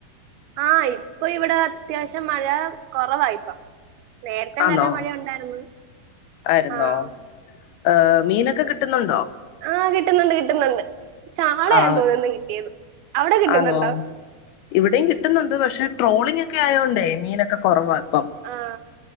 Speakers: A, on the right; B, on the left.
A: ആ ഇപ്പൊ ഇവിടെ അത്യാവശ്യം മഴ കുറവായിപ്പ. നേരത്തെ
B: ആന്നോ
A: നല്ല മഴ ഉണ്ടായിരുന്നു.
B: ആയിരുന്നോ
A: ആഹ്
B: ആ മീനൊക്കെ കിട്ടുന്നുണ്ടോ?
A: ആ കിട്ടുന്നുണ്ട് കിട്ടുന്നുണ്ട് ചാളയാ
B: ആഹ്
A: തോന്നുന്നിന്നു കിട്ടിയത് അവിടെ കിട്ടുന്നുണ്ടോ?
B: ആന്നോ ഇവിടെയും കിട്ടുന്നുണ്ട് പക്ഷെ ട്രോളിംഗ ഒക്കെ ആയോണ്ടേ മീനൊക്കെ കുറവാ ഇപ്പം.
A: അ ആ